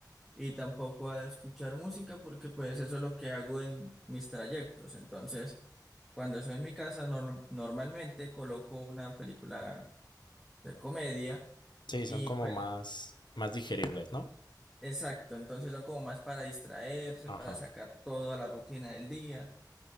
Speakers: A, in the centre; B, on the left (about 85°).
A: y tampoco a escuchar música porque pues eso es lo que hago en mis trayectos. Entonces, cuando estoy en mi casa, norm- normalmente coloco una película de comedia
B: Sí,
A: y
B: son como
A: pues
B: más más digeribles, ¿no?
A: exacto, entonces son como más para distraerse,
B: Ajá.
A: para sacar toda la rutina del día